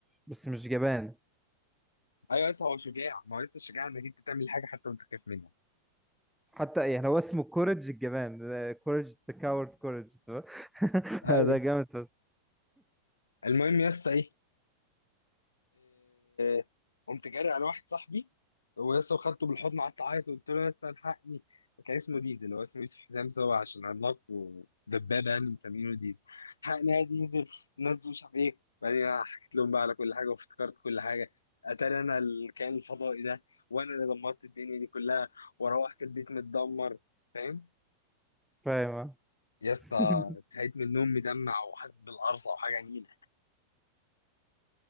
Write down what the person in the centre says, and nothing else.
بس مش جبان
حتى يعني هو اسمه كورج الجبان كورج ذا كاورد كورج <laughs>
ده جامد بس
فاهم آه.
<laughs>